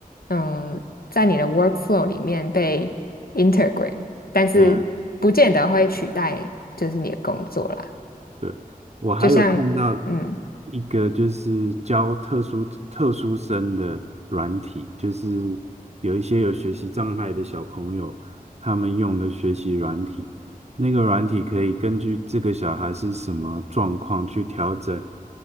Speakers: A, on the left; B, on the right.
A: 嗯，在你的 workflow 里面被 integrate，但是不见得会取代就是你的工作啦。
B: 对啊，对，我还有看到
A: 就像嗯
B: 一个就是教特殊特殊生的软体，就是有一些有学习障碍的小朋友，他们用的学习软体，那个软体可以根据这个小孩是什么状况去调整，